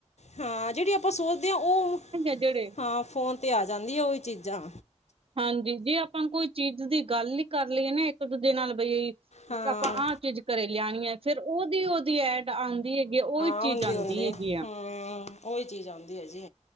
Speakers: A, on the left; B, on the right.
A: ਹਾਂ ਜਿਹੜੀ ਆਪਾਂ ਸੋਚਦੇ ਹਾਂ ਉਹ
B: ਜਿਹੜੇ
A: ਹਾਂ ਫੋਨ ਤੇ ਹਾਂ ਜਾਂਦੀ ਆ ਉਹੀ ਚੀਜ਼ਾ।
B: ਹਾਂਜੀ ਜੇ ਆਪਾਂ ਕੋਈ ਚੀਜ਼ ਦੀ ਗੱਲ ਨੀ ਕਰ ਹੀ ਲਈਏ ਨਾ ਇੱਕ ਦੂਜੇ ਨਾਲ ਬਈ
A: ਹਾਂ
B: ਆਪਾਂ ਆਹ ਚੀਜ਼ ਘਰੇ ਲਿਆਣੀ ਹੈ ਫੇਰ ਉਹਦੀ-ਉਹਦੀ ਐਡ ਆਦੀ ਹੈਗੀ ਆ ਉਹੀ ਚੀਜ਼
A: ਆਉਂਦੇ
B: ਆਦੀ
A: ਆਉਂਦੇ
B: ਹੈਗੀ ਆ।
A: ਹਾਂ ਉਹੀ ਚੀਜ਼ ਆਉਂਦੀ ਹੈ ਜੀ।